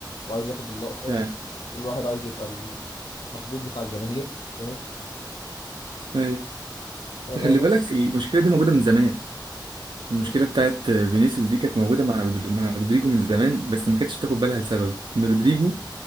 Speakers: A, on the left; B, on the right.
A: وعايز ياخد اللقطه
B: فعلا
A: كل واحد عايز يبقى محبوب بتاع الجماهير فاهم
B: ايوه
A: فبس
B: خلي بالك المشكله دي موجوده من زمان المشكله
A: مم.
B: بتاعت فينيسيوس دي كانت موجوده مع رودري... مع رودريجو من زمان بس ما كانتش بتاخد بالها لسبب ان رودريجو